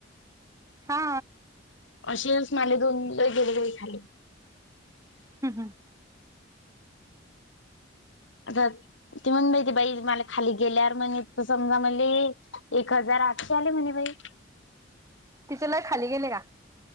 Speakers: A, on the right; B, on the left.
A: हा
B: असेच माले दोन गेले ग खाली
A: हम् हंम
B: अ त म्हण बाईती बाई मला खाली गेल्यावर म्हणे समजा म्हणले एक हजार आठशे आले म्हणे बाई
A: तिच्याला खाली गेले का?